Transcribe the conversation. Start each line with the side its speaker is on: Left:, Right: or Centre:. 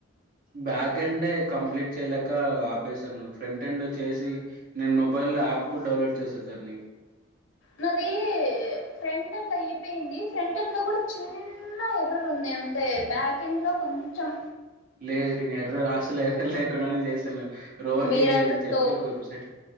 Right: బ్యాక్ ఎండే కంప్లీట్ చేయలేక ఆపేశాను ఫ్రంట్ ఎండ్ చేసి నేను మొబైల్లో యాప్కుడా డౌన్లోడ్ చేశాద్దాన్ని
Left: నాది ఫ్రంట్ ఎండ్ అయిపోయింది ఫ్రంట్ ఎండ్లో కూడా చిన్న ఎర్రర్ ఉంది అయితే బ్యాకెండ్లో కొంచం
Right: లేదు నేను ఎర్రర్ అసలే ఎర్రర్ లేకుండానే చేశాను రోర్కే
Left: మీరంత
Right: అని చెప్పి
Left: తోపు.
Right: ఒక వెబ్సైట్